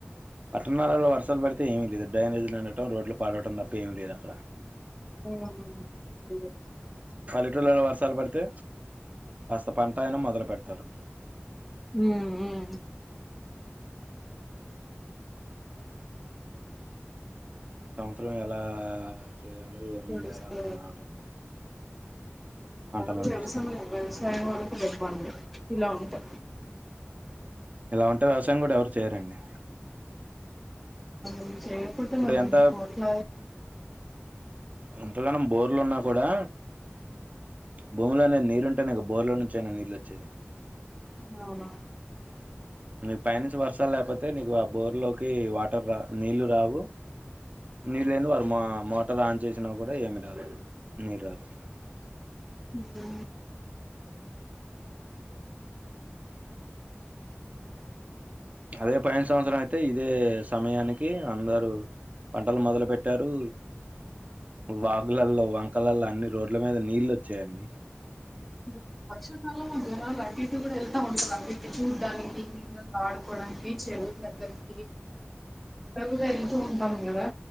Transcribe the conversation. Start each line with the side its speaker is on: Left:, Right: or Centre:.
Right: పట్టణాలలో వర్సాలు పడితే ఏమీ లేదు. డ్రైనేజ్ నిండటం, రోడ్లు పాడటం తప్ప ఏమి లేదు అక్కడ.
Centre: ఉ అమ్మన లేదు
Right: పల్లెటూళ్లలో వర్షాలు పడితే కాస్త పంట ఆయిన మొదలు పెడతారు.
Centre: ఊ ఉమ్
Right: సంవత్సరం ఎలా చేయాలో, ఏం
Centre: గడుస్తూ
Right: చేయాలో అర్థం కావటం లేదు. పంటలను
Centre: మాములే వ్యవస
Right: చూస్తుంటే
Centre: వ్యవసాయం వాళ్ళకి ఇబ్బంది ఇలా ఉంటే
Right: ఇలా ఉంటే వ్యవసాయం కూడా ఎవరు చేయరండి.
Centre: ఉమ్ చేయకపోతే
Right: ఇప్పుడు
Centre: మళ్ళ
Right: ఎంత
Centre: ఇంత కోట్ల
Right: ఎంతగానం బోర్లు ఉన్నా కూడా భూములో అనేది నీరుంటేనేక బోర్లో నుంచ అయినా నీళ్ళొచ్చేది.
Centre: అవునవును
Right: నీకు పైనుంచి వర్షాలు లేకపోతే నీకు ఆ బోర్ లోకి వాటర్ రా నీళ్ళు రావు. నీరు లేంది వారు మా మోటార్ ఆన్ చేసినా కూడా ఏమి రాదు. నిరాదు
Centre: హ
Right: అదే పోయిన సంవత్సరం అయితే ఇదే సమయానికి అందరు పంటలు మొదలు పెట్టారు వాగు్లళ్ళో వంకలళ్ళో అన్ని రోడ్ల మీద నీళ్ళు వచ్చాయండి
Centre: బ వర్షాకాలం జనలు అటు ఇటు కూడా వెళ్తా ఉంటుంది ఇటు చూడ్డానికి ఆడుకోవడానికి చ్ చెరువు దగ్గరికి తరువుగా వెళ్తు ఉంటాం కదా